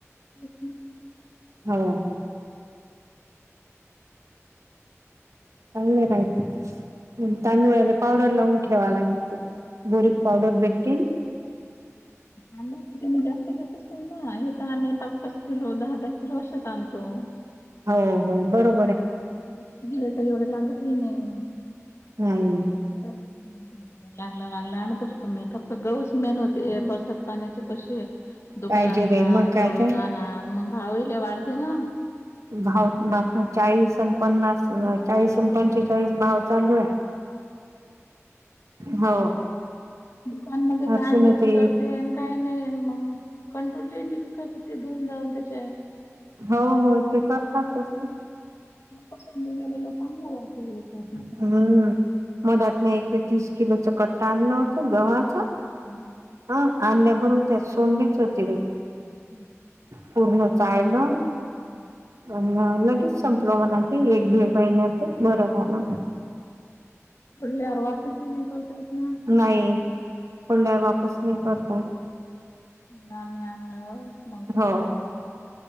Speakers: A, on the left; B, on the right.
A: बच्ा <unintelligible>
B: हो <unintelligible> चांंगले रायते तर तांदूळाले पौडर लावुन <unintelligible> ठेवा लागते बोरीक पावडर भेटते <unintelligible>
A: हम् <unintelligible> कांदा ती जास्त घेतच नाही ना हे तर आम्ही पाच पाच किलो दहा दहा किलो असेच आणतो.
B: हो हो बरोबर <unintelligible>
A: अर गेलं तर एवढं लागतही नाही <unintelligible>
B: नाही <unintelligible>
A: लागलं लागलं आणतोच तुम्ही फक्त गऊच <unintelligible> बात पाण्या क दुकाना
B: पाहिजे
A: ज
B: बाई मग काय तर
A: <unintelligible> मग भावले वाढते ना <unintelligible>
B: भाव बापा चाळीस पन्नास
A: मग
B: चाळीस पंचेचाळीस भाव चालू आहे <unintelligible> हो
A: दुकानमध्ये
B: हर्षून
A: काय मिक्स
B: ते
A: करते काही नाही मग कंट्रोल मिक्स करत ते दन जाऊन <unintelligible>
B: हो हो ते करतातच <unintelligible>
A: तस मिलेला चांगला राहियच कर <unintelligible>
B: हम्म मध्यात मी एक तीस किलोचा कट्टा आणला होता ना गव्हाचा
A: हम्म
B: ह आणल्या बरो त्यात सोंलीच होती बाई
A: हम् हम
B: पूर्ण चाळलं
A: हम्म
B: होना लगेच संपल म्हणा ते एक दीड महिन्यात बरं झालं
A: फोडल्यार वापीस नाही करतायेत ना
B: नाही फोडल्यावर वापस नाही करतायेत
A: नाही आम्ही आनलं मग कशाले
B: हो